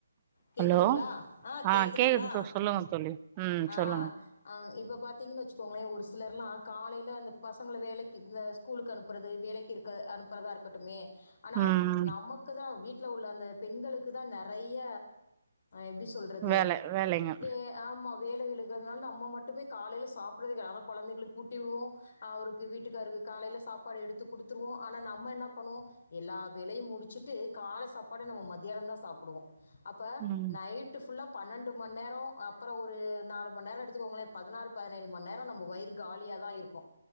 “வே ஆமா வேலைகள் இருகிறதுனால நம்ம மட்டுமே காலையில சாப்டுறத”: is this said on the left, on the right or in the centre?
Left